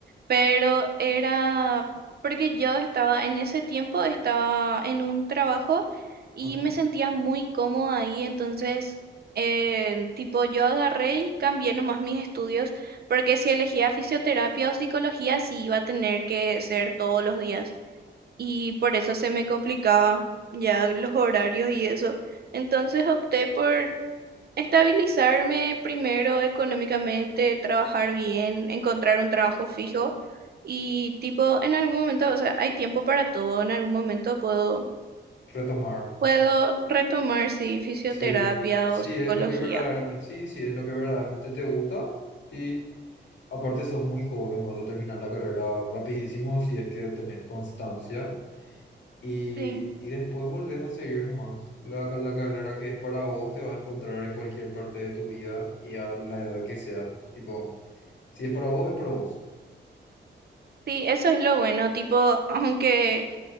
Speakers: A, on the right; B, on the left.
A: pero era porque yo estaba, en ese tiempo estaba en un trabajo y
B: ajá.
A: me sentía muy cómoda ahí, entonces, eh, tipo, yo agarré y cambié nomás mis estudios, porque si elegía fisioterapia o psicología, sí iba a tener que ser todos los días y por eso se me complicaba ya los horarios y eso. Entonces opté por estabilizarme primero económicamente, trabajar bien, encontrar un trabajo fijo y tipo, en algún momento, o sea, hay tiempo para todo, en algún momento puedo,
B: Retomar.
A: puedo retomar, sí, fisioterapia
B: Sí, sí,
A: o psicología.
B: es lo que verdaderamente, sí, sí, es lo que verdaderamente te gusta. Y aparte sos muy joven, vas a terminar la carrera rapidísimo si es que tenés constancia. Y,
A: Sí,
B: y después volvés a seguir nomás. La, ca- la carrera que es para vos te va a encontrar en cualquier parte de tu vida y a la edad que sea. Tipo, si es para vos, es para vos.
A: sí, eso es lo bueno, tipo, aunque